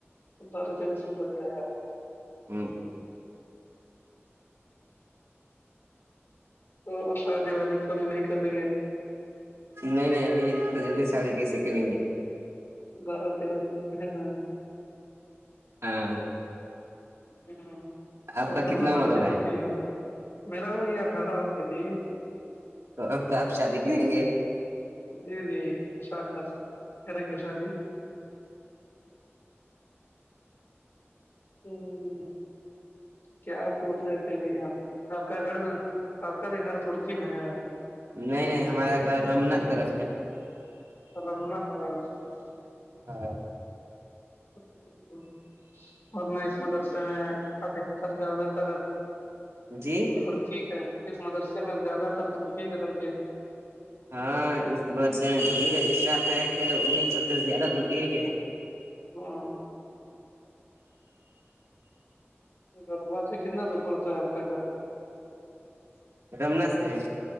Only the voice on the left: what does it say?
بارہ تیرہ سال ہو گیا ہےار
تو شادی وادی تو ابھی نہیں کریں گے
بارہ تیرہ سال میں ہے نا
ہ
اور
گھر
میں بات
چیت
ہو سی ہے میرا ہو گیا اٹھارہ ہو گیا تھی
جی جی انشاء اللہ کریں گے شادی ہوں کیا آپ بول رہے تھے ابھی یہ آپ کا گھر آپ کا بھی گھر دھورکی میں ہے
رمنت رہا
اور میں اس مدرسے میں ادھکتر زیادہ تر ا
دھورکی کا ہے اس مدرسے میں زیادہ تر دھورکی کے لڑکے ہیں
ہاں گڑوا سے کتنا دور پڑتا ہے آپ کا گھر